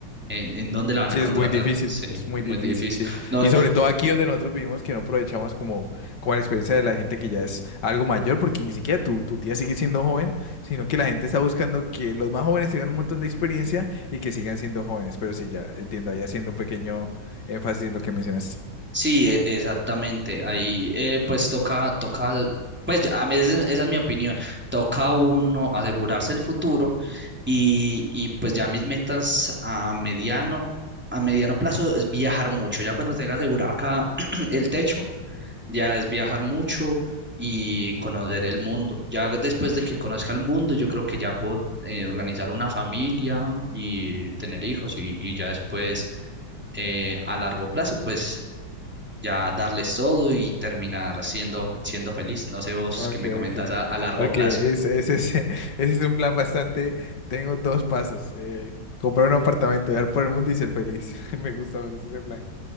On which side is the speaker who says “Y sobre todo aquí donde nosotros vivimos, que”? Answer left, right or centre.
Left